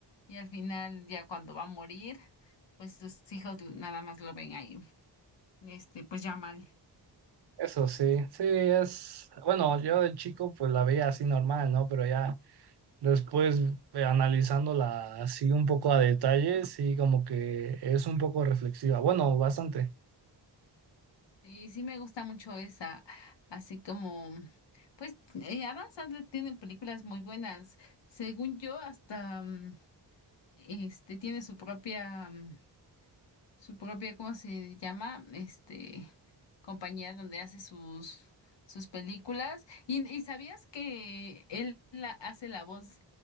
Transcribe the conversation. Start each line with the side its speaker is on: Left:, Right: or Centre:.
Left: Y al final ya cuando va a morir, pues sus hijos nada más lo ven ahí, este, pues ya mal.
Right: Eso sí, sí es, bueno, yo de chico pues la veía así normal, ¿no? Pero ya después eh, analizándola así un poco a detalle, sí como que es un poco reflexiva. Bueno, bastante.
Left: Y sí me gusta mucho esa, así como, pues eh, Adam Sandler tiene películas muy buenas. Según yo, hasta mm, este tiene su propia... mm, su propia, ¿cómo se llama? Este, compañía donde hace sus, sus películas. ¿Y, y sabías que él la- hace la voz